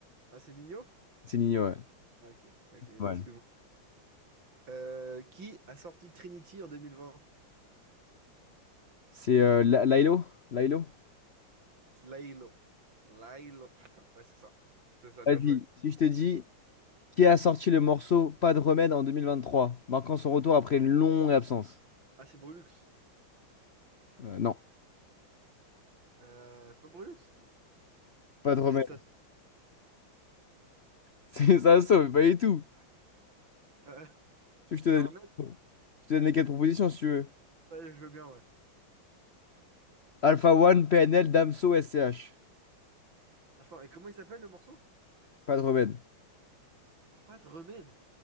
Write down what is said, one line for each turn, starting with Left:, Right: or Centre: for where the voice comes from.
Right: Ah, c'est Nino?
Left: C'est Nino, ouais.
Right: Ah, Ok, ok,
Left: Pas
Right: excuse-moi.
Left: mal.
Right: Euh, qui a sorti Trinity en 2020?
Left: C'est euh, La- Lailo? Lailo?
Right: Lailo. Lailo. Ouais, c'est ça. C'est ça, bien
Left: Vas-y,
Right: joué.
Left: si je te dis, qui a sorti le morceau Pas de remède en 2023, marquant son retour après une longue absence?
Right: Ah, c'est Brulux.
Left: Euh, non,
Right: Euh, c'est pas Brulux?
Left: pas
Right: C'est
Left: de remède.
Right: ça.
Left: <laughs> C'est ça, ça, mais pas du tout.
Right: euh, <laughs>
Left: Tu
Right: c'est
Left: veux que Je te
Right: Hornet?
Left: donne, je te donne les quatre propositions si tu veux.
Right: Ouais, je veux bien, ouais.
Left: Alpha One, PNL, Damso, SCH.
Right: Attends, et comment il s'appelle le morceau?
Left: Pas de remède.
Right: Pas de remède.